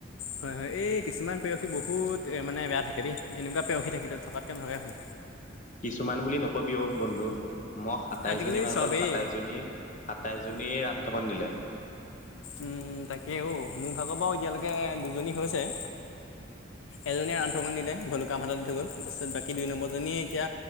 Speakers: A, on the left; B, on the left.
A: হয় হয় এই কিছুমান প্ৰেয়সী বহুত মানে বেয়া থাকে দেই। এনেকুৱা প্ৰেয়সী থাকিলে থকাতকে নথকাই ভাল।
B: কিছুমান বুলি নকবি ও বন্ধু, মই সাতাইশ
A: আজিকালি
B: জনী ভাল
A: চবেই
B: পালো সাতাইশ জনীয়েই, সাতাইশ জনীয়ে ৰাম থগন দিলে।
A: উম তাকে ঔ, মোৰ ভাগৰ বাও এতিয়ালেকে দুজনী হৈছে।
B: <inaudible>
A: এজনীয়ে ৰাম ঠগন দিলে, ভুলুকা বাঁহ ডাল দি থৈ গ'ল, তাৰপিছত বাকী দুই নম্বৰ জনি এতিয়া